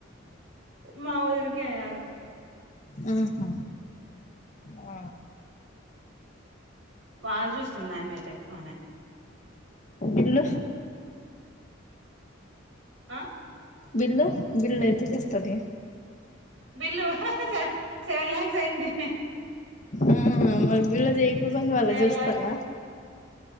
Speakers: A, on the right (about 70°); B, on the left (about 40°).
A: మా ఒదినకి అయ్యారు.
B: ఉహుహ్ ఓ
A: బా జూస్తుంది ఆమే అయితే బానే
B: ఇల్లు
A: ఆ
B: బిల్లు బిల్లు ఎంత జేస్తది.
A: బిల్లు స సెవెన్ లాక్స్ అయ్యింది.
B: ఆ మళ్ళ బిల్ల చెయ్యికొకుండా వాళ్లు
A: ఏళ
B: చూస్తారా.